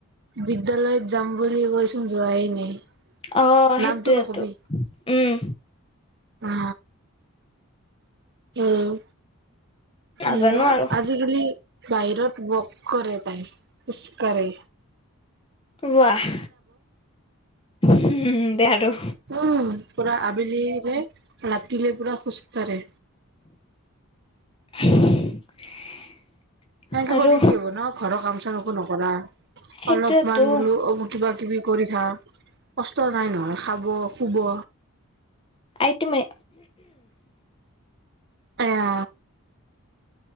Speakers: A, on the right; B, on the left.
A: বিদ্যালয়ত যাম বুলি কৈচোন যোৱাই নাই
B: অ সেইটো
A: নামটো নকবি
B: এইটো উম
A: অ উম ক
B: নাজানো
A: বা
B: আৰু
A: আজিকালি বাহিৰত বক কৰে যায় খোচকাৰে
B: ৱাহ উম দে আৰু
A: উম পুৰা আবেলিৰে ৰাতিলে পুৰা খোজ কঢ়ে
B: <inaudible>
A: এনেকে
B: আৰু
A: কৰিলে কি হ'ব ন ঘৰ কাম চাম একো নকৰা
B: সেইটোয়েতো
A: অলপমান বোলো অ কিবা কিবি কৰি থ অ কষ্ট নাই নহয় খাব শুব
B: আহট মই
A: এয়া